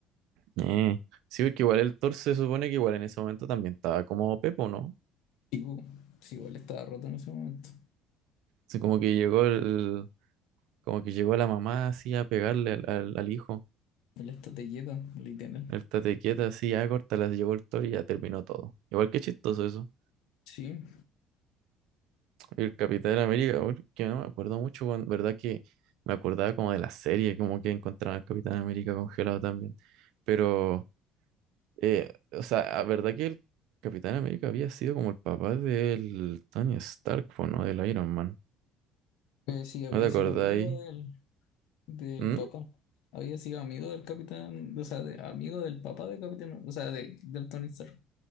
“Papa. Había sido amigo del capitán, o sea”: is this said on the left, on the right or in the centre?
Left